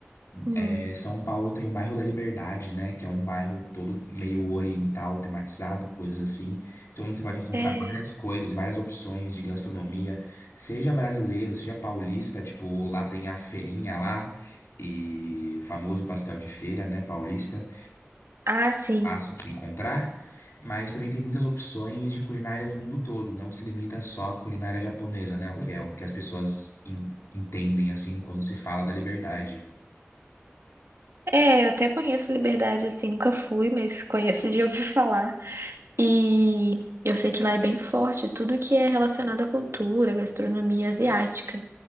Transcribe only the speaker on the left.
É, São Paulo tem o bairro da Liberdade, né? Que é um bairro todo meio oriental, tematizado, coisas assim. Isso é onde você pode encontrar
várias coisas, várias opções de gastronomia, seja brasileiro, seja paulista. Tipo, lá tem a feirinha lá e o famoso pastel de feira, né? Paulista,
fácil de se encontrar. Mas também tem muitas opções de culinárias do mundo todo. Não se limita só à culinária japonesa, né? O que é o que as pessoas en- entendem assim quando se fala da Liberdade.